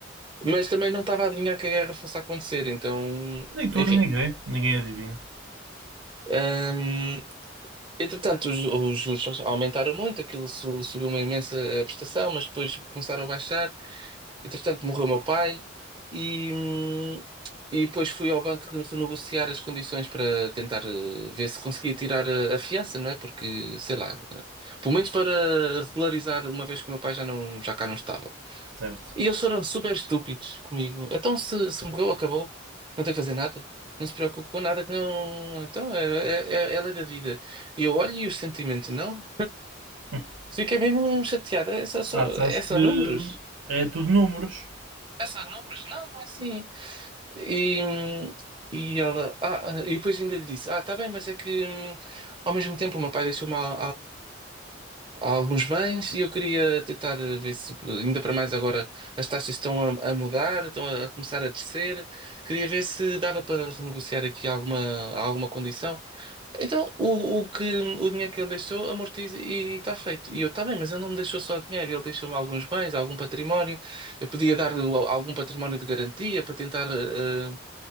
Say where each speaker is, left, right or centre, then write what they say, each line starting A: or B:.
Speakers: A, on the right; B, on the right.
A: Mas também não estava a adivinhar que a guerra fosse acontecer, então,
B: Nem tu,
A: enfim.
B: nem ninguém. Ninguém adivinha,
A: Hum, Entretanto, os, os juros aumentaram muito, aquilo su- subiu uma imensa eh, prestação, mas depois começaram a baixar. Entretanto, morreu meu pai e, hum, e depois fui ao banco renegociar as condições para tentar eh, ver se conseguia tirar a, a fiança, não é? Porque, sei lá, eh, pelo menos para regularizar, uma vez que o meu pai já, não, já cá não estava.
B: certo?
A: E eles foram super estúpidos comigo. Então, se, se morreu, acabou. Não tem que fazer nada. Não se preocupe com nada que não. Então, é, é, é, é a lei da vida. E eu olho e os sentimentos, não.
B: <laughs>
A: Fiquei mesmo chateada. É só, só-
B: Ah, tu sabes
A: é só
B: que
A: números?
B: hum, é tudo números.
A: É só números? Não, não é assim. E, hum, e ela. Ah, ah, e depois ainda lhe disse: Ah, tá bem, mas é que hum, ao mesmo tempo o meu pai deixou-me ao, há alguns bens e eu queria tentar eh, ver se, ainda para mais agora, as taxas estão a, a mudar, estão a começar a descer. Queria ver se dava para renegociar aqui alguma, alguma condição. Então, o, o que, o dinheiro que ele deixou, amortiza e está feito. E eu, está bem, mas ele não me deixou só dinheiro, ele deixou-me alguns bens, algum património. Eu podia dar-lhe algum património de garantia para tentar. eh,